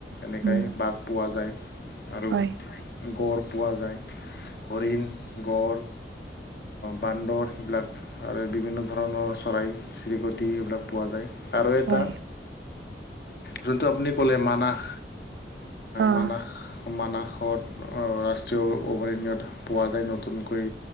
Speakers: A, on the left (about 55°); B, on the right (about 75°).
A: এনেকাই
B: উম,
A: বাঘ পোৱা যায়। আৰু
B: হয়,
A: গড় পোৱা যায়। হৰিণ, গঁড়, বান্দৰ সেইবিলাক আৰু বিভিন্ন ধৰণৰ চৰাই-চিৰিকটি সেইবিলাক পোৱা যায়। আৰু এটা
B: হয়,
A: যোনটো আপুনি ক'লে মানাস
B: অ',
A: মানাস, মানাসত অ, ৰাষ্ট ৰাষ্ট্ৰীয় অভয়াৰণ্যত পোৱা যায়, নতুনকৈ